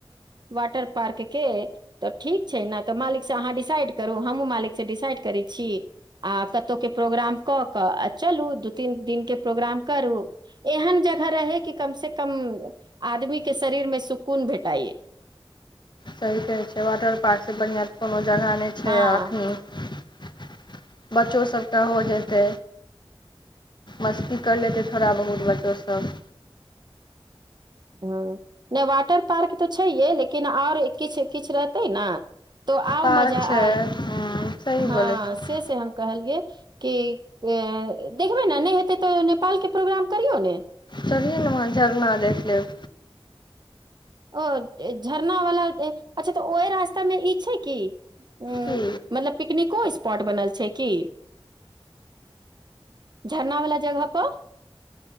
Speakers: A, on the right; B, on the left.
A: वाटर पार्क के। तऽ ठीक छै ने तऽ मालिकसँ अहाँ डिसाइड करू हमहूँ मालिकसँ डिसाइड करै छी। आ कतहुके प्रोग्राम कऽ कऽ आ चलू दू तीन दिनके प्रोग्राम करू। एहन जगह रहै कि कम से कम आदमी के शरीर मे सुकून भेटाइए।
B: सही कहै छै वाटर पार्कसँ बढ़िआँ कोनो जगह नहि छै
A: हँ
B: अखनी। बच्चो सभके हो जेतै। मस्ती करि लेत थोड़ा बहुत बच्चोसभ।
A: हँ नहि वाटर पार्क तऽ छैहे लेकिन आओर किछु किछु रहतै ने तो आउ
B: पार्क
A: मजा आय,
B: छै हूँ सही
A: हँ
B: बोलै छी
A: से से हम कहलियै कि देखबै ने नहि हेतै तऽ नेपाल के प्रोग्राम करियौ ने।
B: चलियौ ने वहाँ झरना देख लेब।
A: ओ झरना वाला अच्छा तऽ ओहि रास्ता मे ई छैय कि? ह
B: की
A: मतलब पिकनिको स्पॉट बनल छै की? झरना वाला जगह पर